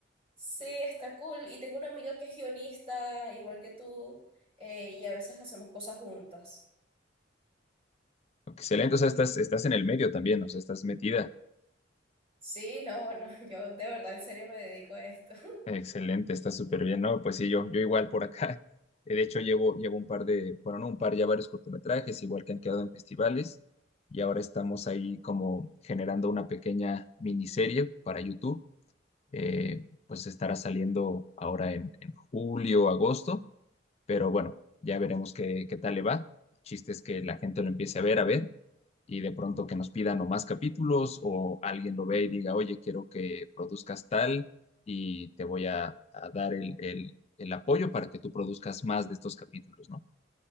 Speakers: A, on the right; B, on the left.
A: sí, está cool. Y tengo una amiga que es guionista, igual que tú, eh, y a veces hacemos cosas juntas.
B: Excelente, o sea, estás, estás en el medio también, o sea, estás metida.
A: Sí, no, bueno, <laughs> yo de verdad en serio me dedico a esto.
B: Excelente, está súper bien, ¿no? Pues sí, yo, yo igual por acá. <laughs> Eh, De hecho, llevo, llevo un par de, bueno, no un par, ya varios cortometrajes, igual que han quedado en festivales, y ahora estamos ahí como generando una pequeña miniserie para YouTube. Eh, pues estará saliendo ahora en, en julio, agosto, pero bueno, ya veremos qué, qué tal le va. El chiste es que la gente lo empiece a ver, a ver, y de pronto que nos pidan o más capítulos o alguien lo ve y diga, oye, quiero que produzcas tal y te voy a, a dar el, el, el apoyo para que tú produzcas más de estos capítulos, ¿no?